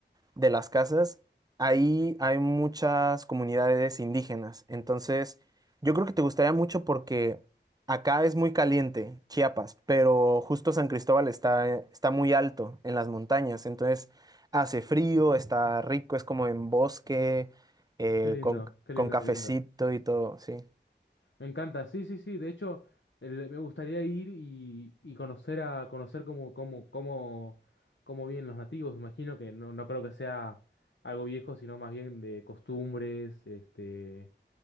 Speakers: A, on the right (about 20°); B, on the left (about 80°).
A: de las casas, ahí hay muchas comunidades indígenas. Entonces, yo creo que te gustaría mucho porque acá es muy caliente, Chiapas, pero justo San Cristóbal está, está muy alto en las montañas. Entonces, hace frío, está rico, es como en bosque, eh,
B: Qué lindo,
A: con,
B: qué
A: con
B: lindo,
A: cafecito
B: qué lindo.
A: y todo, sí.
B: Me encanta, sí, sí, sí. De hecho, el- me gustaría ir y, y conocer a conocer cómo, cómo, cómo, cómo viven los nativos. Me imagino que no, no creo que sea algo viejo, sino más bien de costumbres, este,